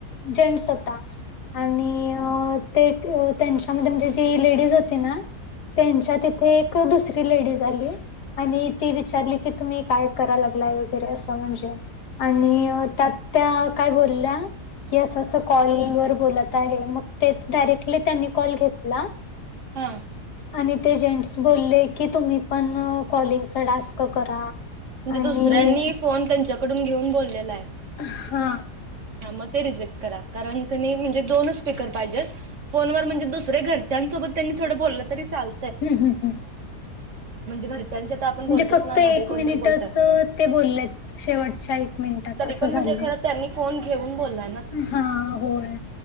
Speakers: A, on the left (about 80°); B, on the right (about 50°).
A: जेंट्स होता आणि अ ते त्यांच्या मध्ये जी लेडीज होती ना त्यांच्या तिथ ते एक दुसरी लेडीज आली आणि ती विचारली की तुम्ही काय कराय लागला व वगैरे अस म्हणजे आणि त्यात त्या काय बोलल्या की असं असं कॉल वर बोलत आहे मग ते डायरेक्टली त्यांनी कॉल घेतला.
B: हा
A: आणि ते जेंट्स बोलले की तुम्ही पण कॉलिंगचा डास्क करा.
B: म्हणजे
A: आणि
B: दुसऱ्यांनी फोन त्यांच्याकडून घेऊन बोललेलाय.
A: हा
B: हा मग ते रिजेक्ट करा कारण कनी म्हणजे दोनच स्पीकर पाहिजेत फोनवर म्हणजे दुसरे घरच्यासोबत त्यांनी बोललं तरी चाल
A: हूं हूं हूं
B: घरच्यांच्या तर आपण
A: म्हणजे
B: बोलतोच
A: फक्त
B: ना
A: एक
B: मध्ये कोणतर
A: मिनिटच
B: बोलतं
A: ते बोललेत शेवटच्या एक मिनिटात
B: तरी
A: असं
B: पण
A: झालंय.
B: म्हणजे खरं त्यांनी फोन घेऊन बोला
A: हा होय